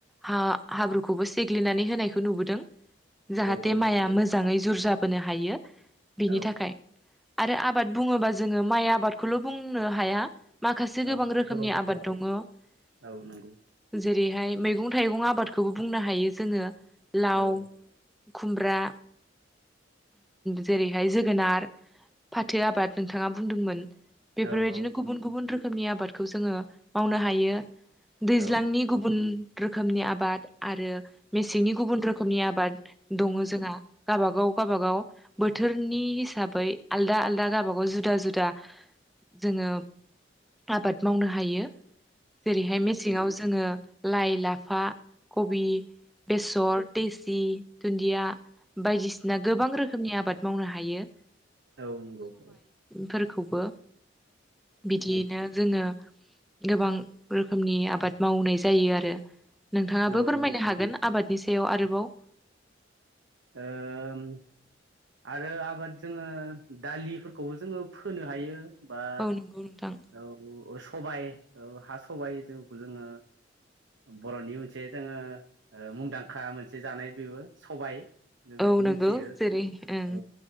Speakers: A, in the centre; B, on the right (about 80°).
A: हा हाब्रुखौबो सेग्लिनानै होनायखौ नुबोदों जाहाथे
B: औ
A: माइआ
B: नंगौ
A: मोजाङै जुरजाबोनो हायो बिनि
B: औ
A: थाखाय आरो आबाद बुङोबा जोङो माइ आबादखौल' बुंनो हाया माखासे
B: औ
A: गोबां रोखोमनि
B: गोबां
A: आबाद दङो जेर
B: औ औ नंगौ
A: जेरैहाय मैगं थाइगं आबादखौबो बुंनो हायो जोङो लाव
B: औ नंगौ औ नंगौ
A: खुमब्रा जेरैहाय जोगोनार फाथो आबाद नोंथाङा बुंदोंमोन बेफोरबायदिनो
B: औ
A: गुबुन
B: नंगौ
A: गुबुन रोखोमनि आबादखौ जोङो मावनो हायो दैज्लांनि
B: औ नंगौ औ
A: गुबुन रोखोमनि आबाद आरो मेसेंनि गुबुन रोखोमनि आबाद दङ जोंहा गावबागाव गावबागाव बोथोरनि हिसाबै आलदा आलदा गाबागाव जुदा जुदा जोङो आबाद मावनो हायो जेरैहाय मेसेङाव जोङो लाइ लाफा कबि बेसर देसि दुन्दिया बायदिसिना गोबां रोखोम आबाद मावनो हायो।
B: औ नंगौ औ।
A: फोरखौबो बिदियैनो जोङो गोबां रोखोमनि आबाद मावनाय जायो आरो। नोंथाङाबो
B: औ
A: फोरमायनो
B: नंगौ
A: हागोन आबादनि सो दैयाव आरोबाव।
B: ओम। आरो आबाद जोङो दालिफोरखौबो जोङो फोनो हायो। बा
A: औ नंगौ नोंथां
B: औ सबाइ औ हा सबाइ जौखौ जोङो बर'नि मोनसे जोङो ओ मुंदांखा मोनसे जानाय बेबो सबाय। जों
A: औ
B: बेखौ
A: नंगौ
B: मिनथियो
A: जेरै ओं
B: औ।